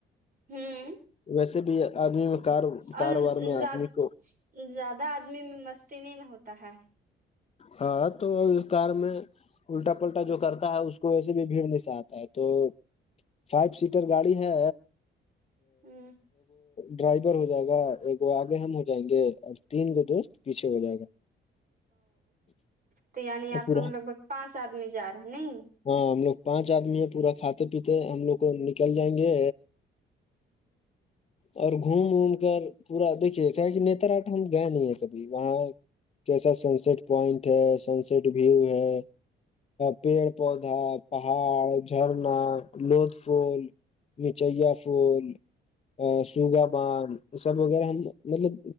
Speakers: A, on the right; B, on the left.
A: ہوں
B: ویسے بھی آدمی کار کاروبار
A: اور
B: میں آدمی
A: زیاد-
B: کو
A: زیادہ آدمی میں مست نہیں نہ ہوتا ہے
B: ہاں تو او کار میں الٹا پلٹا جو کرتا ہے اس کو ویسے بھی بھیڑ نہیں س آتا ہے تو فائیو سیٹر گاڑی ہے
A: ہ
B: ڈرائیور ہو جائے گا ایک وہ آگے ہم ہو جائیں گے اور تین گ دوست پیچھے ہو جائے گا
A: تو یعنی آپ
B: پورا
A: لوگ لگ بھگ پانچ آدمی جا رہے ہیں
B: ہاں ہم لوگ پانچ آدمی ہے پورا کھاتے پیتے ہم لوگ کو نکل جائیں گے اور گھوم ووم کر پورا دیکھیے کہ نتاٹ ہم گیا نہیں ہے کبھی وہاں کیسا سن سٹ پوائنٹ ہے سن سٹ ویو ہے پیڑ پودا پہاڑ جھرنا لود فھول مچیا پھول سوگا باند سب وغیرہ ہم مطلب